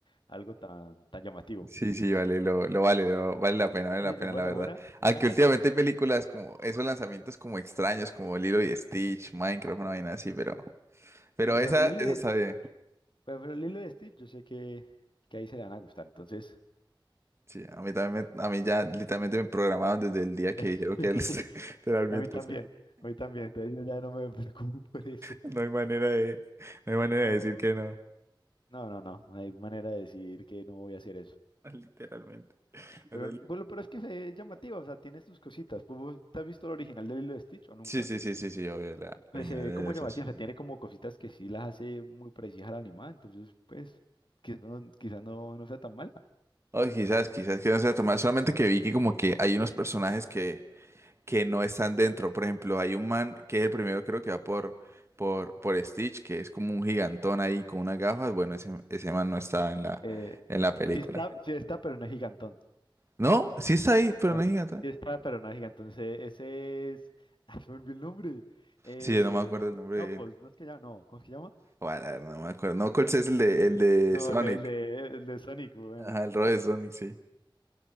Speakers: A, on the left; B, on the right.
A: algo tan, tan llamativo.
B: Sí, sí, vale, lo, lo vale, lo- vale la pena, vale
A: Sí,
B: la pena,
A: es buena,
B: la verdad.
A: buena, buena.
B: Aunque últimamente hay películas como esos lanzamientos como extraños, como Lilo y Stitch, Minecraft, una vaina así, pero, pero
A: Pero
B: esa,
A: pero Lilo
B: esa
A: y
B: está bien.
A: pero Lilo y Stitch, yo sé que, que ahí se le van a gustar, entonces...
B: Sí, a mí también, me- a mí ya literalmente me programaban desde el día que
A: <laughs>
B: dijeron que era el- <laughs>
A: A mí
B: literalmente.
A: también, a mí también, entonces yo ya no me <laughs> preocupo por eso.
B: No hay manera de, no hay manera
A: No,
B: de decir que no,
A: no, no, no, no hay manera de decir que no voy a hacer eso.
B: <laughs> literalmente. O
A: Pero
B: sea, li-
A: bueno, pero es que se ve llamativa, o sea, tiene sus cositas. Pues, ¿Vos te has visto el original del hilo de Lilo y Stitch o nunca?
B: Sí, sí, sí, sí, sí, obvio, la la
A: Pues
B: original
A: se ve
B: de
A: como
B: esas.
A: llamativa, o sea, Eh, tiene como cositas que sí las hace muy parecidas a la animada, entonces pues quizás no, quizá no, no sea tan mala.
B: Ay, quizás, quizás que no sea tan mal, solamente que vi que como que hay unos personajes que, que no están dentro. Por ejemplo, hay un man que es el primero, creo que va por, por, por Stitch, que es como un gigantón ahí con unas gafas. Bueno, ese, ese man no está en la,
A: Eh,
B: en la película.
A: sí está, sí está, pero no es gigantón.
B: No, sí está ahí, pero
A: No,
B: no es gigante
A: sí está, pero no es gigantón. Ese ese es... <laughs> Ah, se me olvidó el nombre. Eh,
B: Sí, yo no me acuerdo el nombre
A: no,
B: de
A: Cos,
B: él.
A: ¿no es que llama? No, ¿cómo es que llama?
B: Bueno, la verdad, no me acuerdo.
A: ah,
B: No, Knuckles
A: no
B: es
A: sé.
B: el de, el de
A: No,
B: Sonic.
A: el el de el de Sonic, weón.
B: Ajá, el rol de Sonic, sí.